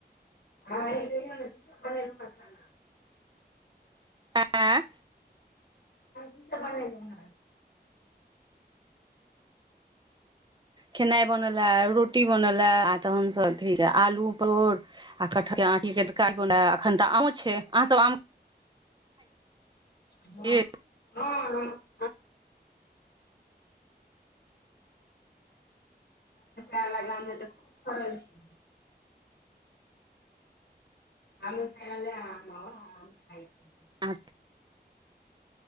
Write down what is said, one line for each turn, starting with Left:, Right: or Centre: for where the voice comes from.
Left: ह की सब बन खाना
Right: आँ
Left: बनल हँ
Right: खेनाइ बनल ह रोटी बनल हए आ तहनसभ अथी आलू परोड़ आ कटहल एखन तऽ आम छै अहाँ सब आम
Left: हँ
Right: छी
Left: हँ ह वला गाम मे तऽ खूब फड़ल छै गाम सेए ऐल ए आम आ आम खाय छै
Right: अच्छ